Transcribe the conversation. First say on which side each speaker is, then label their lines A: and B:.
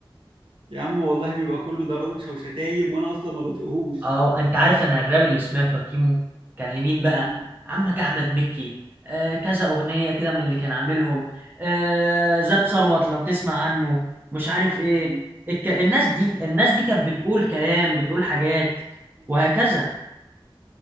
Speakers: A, on the right; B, on the right.
A: يا عم والله بيبقى كله دوشة وشتايم وانا اصلا ما بطيقهوش
B: اه انت عارف انا الراب اللي سمعته يا كيمو كان لمين بقى
A: مم.
B: عمك احمد مكي آه كذا اغنيه كده من اللي كان عاملهم آه زاب ثروت لو تسمع عنه مش عارف ايه
A: مم.
B: الك... الناس دي الناس دي كانت بتقول كلام بتقول حاجات وهكذا